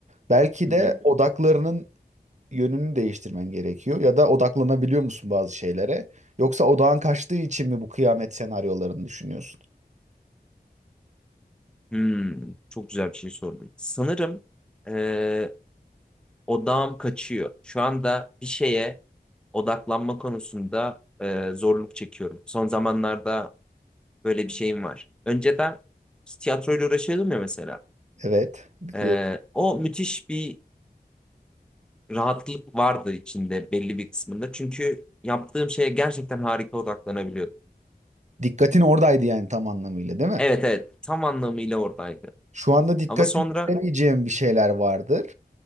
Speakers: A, on the right (about 45°); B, in the centre.
A: Belki
B: hı
A: de
B: hı.
A: odaklarının yönünü değiştirmen gerekiyor ya da odaklanabiliyor musun bazı şeylere? Yoksa odağın kaçtığı için mi bu kıyamet senaryolarını düşünüyorsun?
B: Hmm, çok güzel bir şey sordun. Sanırım e, odağım kaçıyor. Şu anda bir şeye odaklanma konusunda e, zorluk çekiyorum. Son zamanlarda böyle bir şeyim var. Önceden tiyatroyla uğraşıyordum ya mesela.
A: Evet, biliyorum.
B: E, o müthiş bir rahatlık vardı içinde belli bir kısmında. Çünkü yaptığım şeye gerçekten harika odaklanabiliyordum.
A: Dikkatin oradaydı yani tam anlamıyla, değil mi?
B: Evet evet tam anlamıyla oradaydı.
A: Şu anda dikkatini
B: Ama sonra
A: veremeyeceğin bir şeyler vardır